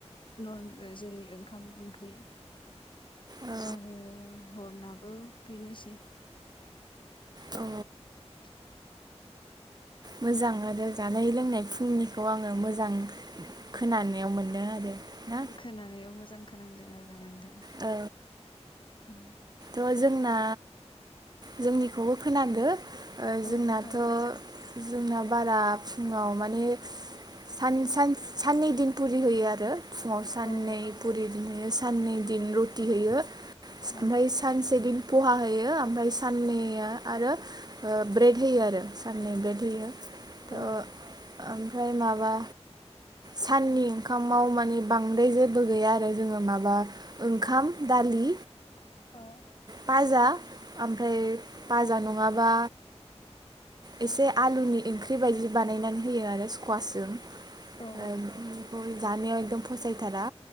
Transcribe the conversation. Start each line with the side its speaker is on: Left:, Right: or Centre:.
Left: नरम जेरै ओ ओंखाम ओंख्रि
Right: ओ
Left: आरो हरनाबो बेनोसै <inaudible>
Right: औ मोजां आरो जानाय लोंनाय फुंनिखौ आङो मोजां खोनानायाव मोनदों आरो। ना
Left: खोनानायाव मोजां खोनादों आरो नोंथां।
Right: ओ
Left: उम
Right: त' जोंना जोंनिखौबो खोनादों ओ
Left: औ
Right: जोंनाथ'
Left: खोन्थानो
Right: जोंना बारा फुङाव माने सान सान साननै दिन पुरि होयो आरो फुङाव साननै
Left: औ
Right: पुरि होयो। साननै दिन रुटि होयो
Left: औ
Right: ओमफ्राय से दिन पहा होयो ओमफ्राय साननैया आरो ब्रेड होयो आरो साननै ब्रेड होयो। त'
Left: औ
Right: ओमफ्राय माबा साननि ओंखामाव माने बांद्राय जेबो गैया आरो जोङो माबा ओंखाम दालि
Left: औ
Right: भाजा ओमफ्राय भाजा नङाबा एसे आलुनि ओंख्रि बायदि बानायनानै होयो आरो स्कवास जों ओ
Left: औ
Right: बेखौ जानायाव एकदम फसायथारा।